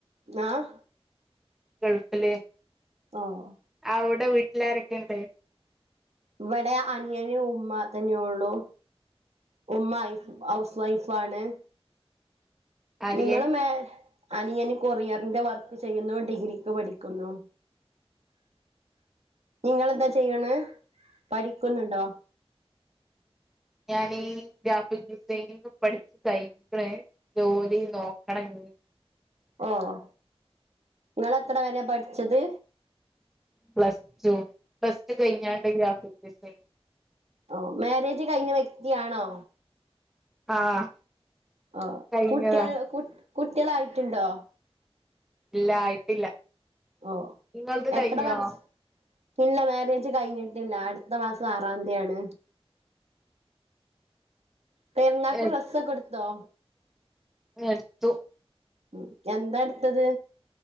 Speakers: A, on the right; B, in the centre.
A: ആഹ്
B: ഗൾഫില്
A: ഓഹ്
B: അവിടെ വീട്ടിലാരെക്കെണ്ട്?
A: ഇവടെ അനിയന് ഉമ്മ തന്നെ ഉള്ളു ഉമ്മ് ഐഫ് ഹൗസ് വൈഫാണ്
B: അനിയൻ
A: നിങ്ങള് മേ അനിയന് കൊറിയറിന്റെ വർക്ക് ചെയ്യുന്നു ഡിഗ്രിക്ക് പഠിക്കുന്നു നിങ്ങളെന്താ ചെയ്യണ് പഠിക്കുന്നുണ്ടോ?
B: ഞാനീ ഗ്രാഫിക് ഡിസൈനിങ്ങ് പഠിച്ച് കഴിഞ്ഞിക്ക്ണ് ജോലി നോക്കണം ഇഞ്ഞി
A: ഓഹ് ഇങ്ങളെത്ര വരെ പഠിച്ചത്?
B: പ്ലസ് ടു പ്ലസ് ടു കഴിഞ്ഞാണ്ട് ഗ്രാഫിക്ക്ഡിസൈനിങ്
A: ഓ മേരേജ് കഴിഞ്ഞ വ്യക്തിയാണോ?
B: ആഹ്
A: ഓഹ്
B: കഴിഞ്ഞതാ
A: കുട്ട്യേൾ കുട്ട്യേളായിട്ട് ണ്ടോ?
B: ഇല്ല ആയിട്ടില്ല
A: ഓഹ്
B: ഇങ്ങൾത് കഴിഞ്ഞോ?
A: എത്ര വർഷ ഇല്ല മേരേജ് കഴിഞ്ഞിട്ടില്ല അടുത്ത മാസം ആറാം തീയാണ് പെരുന്നാക്ക്
B: എ
A: ഡ്രെസ്സെക്കെടുത്തോ?
B: എടുത്തു
A: ഉം എന്താ എടുത്തത്?